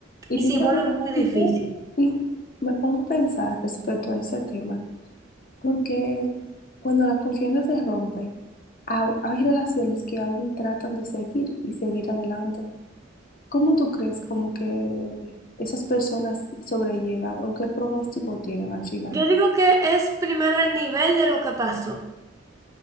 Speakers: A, on the left; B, on the right.
A: Y
B: Y
A: tú
B: si
A: sabes,
B: vuelve, muy difícil.
A: y, tú- y me pongo a pensar respecto a ese tema. Porque cuando la confianza se rompe, au- hay relaciones que aún tratan de seguir y seguir adelante. ¿Cómo tú crees como que esas personas sobrellevan o qué pronóstico tienen al final?
B: Yo digo que es primero el nivel de lo que pasó.